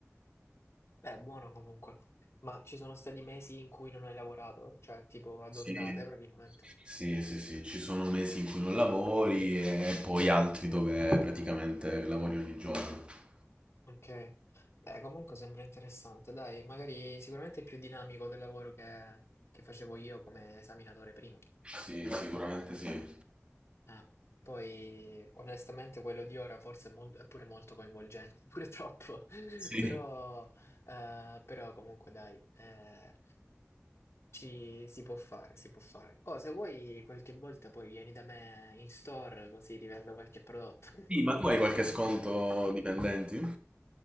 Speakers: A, on the left (about 60°); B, on the right (about 20°).
A: Beh, buono comunque. Ma ci sono stati mesi in cui non hai lavorato? Cioè, tipo ad
B: Sì.
A: ondate praticamente.
B: Sì, sì, sì, ci sono mesi in cui non lavori
A: Mm.
B: e poi altri dove praticamente lavori ogni giorno.
A: Ok. Beh, comunque sembra interessante. Dai, magari sicuramente è più dinamico del lavoro che, che facevo io come esaminatore prima.
B: Sì, sicuramente sì.
A: Eh, poi onestamente quello di ora forse è, mol- è pure molto coinvolgente, <laughs> pure troppo, <laughs>
B: Sì.
A: però, eh, però comunque dai, eh, ci- si può fare, si può fare. Oh, se vuoi qualche volta poi vieni da me in store così ti vendo qualche prodotto. <laughs>
B: Sì, ma tu hai qualche sconto dipendenti?